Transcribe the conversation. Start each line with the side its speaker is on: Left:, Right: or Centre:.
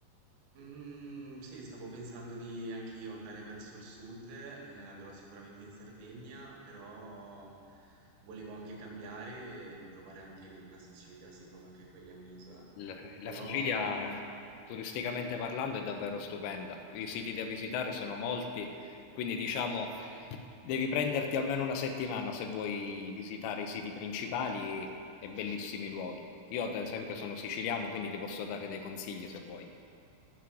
Right: Mm, sì, stavo pensando di anch'io andare verso il sud, eh, andrò sicuramente in Sardegna, però volevo anche cambiare e provare anche lì la Sicilia, siccome anche quella è un'isola.
Left: L- La
Right: Però
Left: Sicilia,
Right: non,
Left: turisticamente parlando, è davvero stupenda. I siti da visitare sono molti, quindi diciamo devi prenderti almeno una settimana se vuoi visitare i siti principali e bellissimi luoghi. Io, ad esempio, sono siciliano, quindi ti posso dare dei consigli se vuoi.